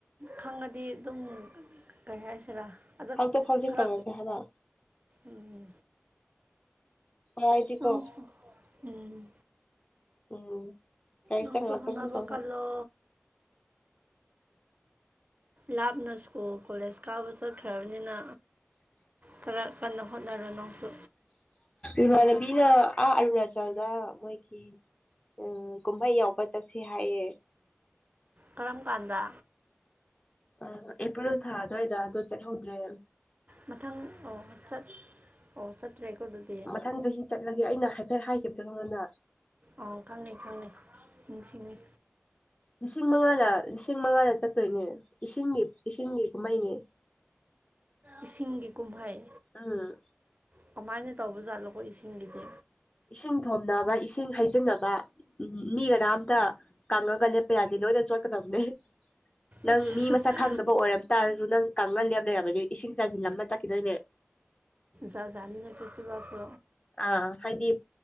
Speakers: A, on the right; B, on the left.
A: ꯈꯪꯉꯗꯤ ꯑꯗꯨꯝ ꯀꯩ ꯍꯥꯏꯁꯤꯔꯥ ꯑꯗ
B: ꯐꯥꯎꯗꯣꯛ ꯐꯥꯎꯖꯤꯟ
A: ꯈꯔ
B: ꯇꯧꯔꯁꯦ ꯍꯥꯏꯕ
A: ꯎꯝ
B: ꯥꯏꯗꯤ
A: ꯅꯪꯁꯨ
B: ꯀꯣ
A: ꯎꯝ
B: ꯎꯝ ꯇꯥꯏꯇ
A: ꯅꯪꯁꯨ
B: ꯃ ꯑꯗꯨ
A: ꯍꯣꯠꯅꯕ
B: ꯇꯧ
A: ꯀꯜꯂꯣ ꯂꯥꯞꯅ ꯁꯀꯨꯜ ꯀꯣꯂꯦꯖ ꯀꯥꯕ ꯆꯠ ꯈ꯭ꯔꯕꯅꯤꯅ ꯈꯔ ꯀꯟꯅ ꯍꯣꯠꯅꯔꯣ ꯅꯪꯁꯨ
B: ꯏꯃꯥꯟꯅꯕꯤꯅ ꯑꯥ ꯑꯔꯨꯅꯥꯆꯜꯗ ꯃꯣꯏꯒꯤ ꯎꯝ ꯀꯨꯝꯍꯩ ꯌꯥꯎꯕ ꯆꯠꯁꯤ ꯍꯥꯏꯌꯦ
A: ꯀꯔꯝ ꯀꯥꯟꯗ
B: ꯑ ꯑꯦꯄ꯭ꯔꯤꯜ ꯊꯥ ꯗꯨꯑꯣꯏꯗ ꯑꯗꯨ ꯆꯠ ꯍꯧꯗ꯭ꯔꯦ
A: ꯃꯊꯪ ꯑꯣ ꯆꯠ ꯑꯣ ꯆꯠꯇ꯭ꯔꯦꯀꯣ ꯑꯗꯨꯗꯤ
B: ꯃꯊꯪ ꯆꯍꯤ ꯆꯠꯂꯒꯦ ꯑꯩꯅ ꯍꯥꯏꯐꯦꯠ ꯍꯥꯏꯈꯤꯕꯗ ꯑꯩꯉꯣꯟꯗ
A: ꯑ ꯈꯪꯅꯩ ꯈꯪꯅꯩ ꯅꯤꯡꯁꯤꯡꯅꯤ
B: ꯂꯤꯁꯤꯡ ꯃꯉꯥꯅ ꯂꯤꯁꯤꯡ ꯃꯉꯥꯗ ꯆꯠꯇꯣꯏꯅꯦ ꯏꯁꯤꯡꯒꯤ ꯏꯁꯤꯡꯒꯤ ꯀꯨꯝꯍꯩꯅꯦ
A: ꯏꯁꯤꯡꯒꯤ ꯀꯨꯝꯍꯩ
B: ꯎꯝ
A: ꯀꯃꯥꯏꯅ ꯇꯧꯕꯖꯥꯠꯂꯣꯀꯣ ꯏꯁꯤꯡꯒꯤꯗꯤ
B: ꯏꯁꯤꯡ ꯊꯣꯝꯅꯕ ꯏꯁꯤꯡ ꯍꯩꯖꯤꯟꯅꯕ ꯎ ꯃꯤ ꯀꯔꯝꯇ ꯀꯪꯉꯒ ꯂꯦꯞꯄ ꯌꯥꯗꯦ ꯂꯣꯏꯅ ꯆꯣꯠꯀꯗꯕꯅꯦ ꯅꯪ
A: ꯑꯁ
B: ꯃꯤ ꯃꯁꯛ ꯈꯪꯗꯕ ꯑꯣꯏꯔꯝ ꯇꯥꯔꯁꯨ ꯅꯪ ꯀꯪꯍꯜꯂꯦꯕ ꯂꯩꯔꯕꯅꯦ ꯏꯁꯤꯡ ꯆꯥꯏꯁꯤꯜ ꯑꯃ ꯆꯠꯈꯤꯗꯣꯏꯅꯦ
A: ꯖꯥꯠꯖꯥꯠꯅꯤꯅ‌ꯦ ꯐꯦꯁꯇꯤꯕꯦꯜꯁꯨ
B: ꯑ ꯍꯥꯏꯗꯤ